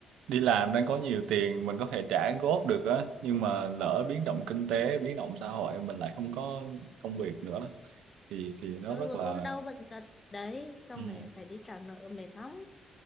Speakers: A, on the right (about 80°); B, on the left (about 25°).
A: đi làm đang có nhiều tiền mình có thể trả góp được á nhưng mà lỡ biến động kinh tế biến động xã hội mình lại không có công việc nữa đó. Thì thì nó
B: Ờ,
A: rất
B: rồi
A: là
B: ôm đau bệnh tật đấy xong
A: ừm,
B: lại phải đi trả nợ mệt lắm